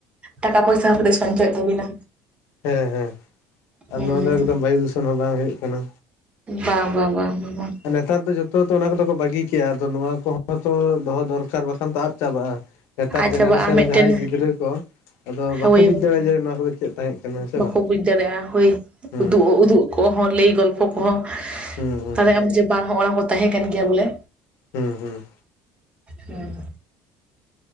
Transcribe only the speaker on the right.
ᱴᱟᱠᱟ ᱯᱩᱭᱥᱟ ᱦᱚᱸ ᱠᱟᱹᱴᱤᱡ ᱥᱚᱧᱪᱚᱭ ᱚᱜ ᱛᱟᱵᱤᱱᱟ
ᱦᱩᱸ
ᱵᱟᱝ ᱵᱟᱝ ᱵᱟᱝ ᱵᱟᱝ
ᱟᱡ
ᱪᱟᱵᱟᱜᱼᱟ ᱢᱤᱫᱴᱮᱱ
ᱦᱳᱭ
ᱦᱳᱭ
ᱵᱟᱠᱚ
ᱵᱩᱡ ᱫᱟᱲᱮᱭᱟᱜᱼᱟ ᱦᱳᱭ
ᱩᱫᱩᱜ ᱩᱫᱩᱜ ᱠᱚᱦᱚᱸ ᱞᱟᱹᱭ ᱜᱚᱞᱯᱚ ᱠᱚᱦᱚᱸ
ᱛᱟᱦᱚᱞᱮ ᱟᱢ ᱡᱮ ᱵᱟᱝ ᱦᱚᱸᱜ ᱱᱚᱣᱟ ᱠᱚ ᱛᱟᱦᱮᱸ ᱠᱟᱱ ᱜᱮᱭᱟ ᱵᱚᱞᱮ
ᱦᱮᱸ